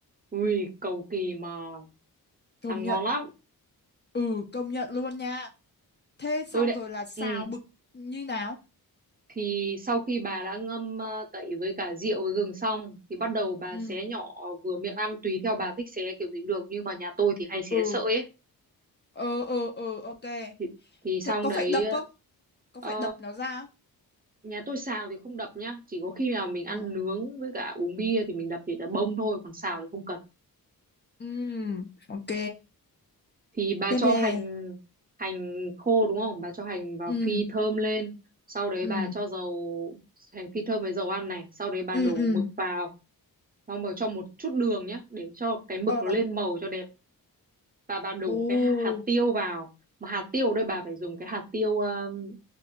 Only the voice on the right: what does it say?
ui cầu kỳ mà
ăn
ngon lắm
tôi đệ
ừ
thì sau khi bà đã ngâm ờ, tẩy với cả rượu với gừng xong thì bắt đầu bà
xé nhỏ vừa miệng ăn tùy theo bà thích xé kiểu gì cũng được nhưng mà nhà tôi thì hay xé
sợi ấy
thì, thì xong
đấy
ờ,
nhà tôi xào thì không đập nhá chỉ có khi nào mình ăn
nướng với cả uống bia thì mình đập thì đã bông thôi còn xào thì không cần
thì bà
cho
hành hành khô đúng không bà cho hành vào
phi thơm lên sau đấy
bà cho dầu hành phi thơm với dầu ăn này sau đấy bà
đổ
mực vào xong rồi cho một chút đường nhá để cho cái mực
nó lên màu cho đẹp và bà đổ
cái hạt tiêu vào mà hạt tiêu ở đây bà phải dùng cái hạt tiêu um,